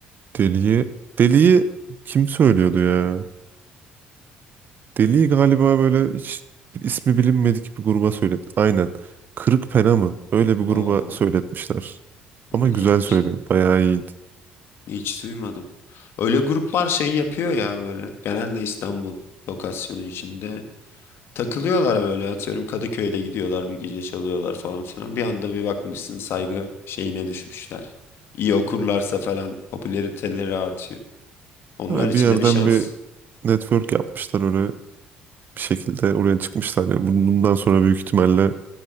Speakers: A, on the right (about 50°); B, on the left (about 65°).
A: Deli'yi Deli'yi kim söylüyordu ya? Deli'yi galiba böyle hiç ismi bilinmedik bir gruba söyletti. Aynen. Kırık Pena mı? Öyle bir gruba
B: Oo,
A: söyletmişler. Ama
B: hiç,
A: güzel söylüyor. Bayağı iyi.
B: hiç duymadım. Öyle gruplar şey yapıyor ya böyle. Genelde İstanbul lokasyonu içinde Takılıyorlar böyle atıyorum Kadıköy'de gidiyorlar bir gece çalıyorlar falan filan. Bir anda bir bakmışsın saygı şeyine düşmüşler. İyi okurlarsa falan popülariteleri artıyor. Onlar
A: Ha,
B: için
A: bir yerden
B: de bir şans.
A: bir network yapmışlar öyle bir şekilde oraya çıkmışlar. Yani Bun- bundan sonra büyük ihtimalle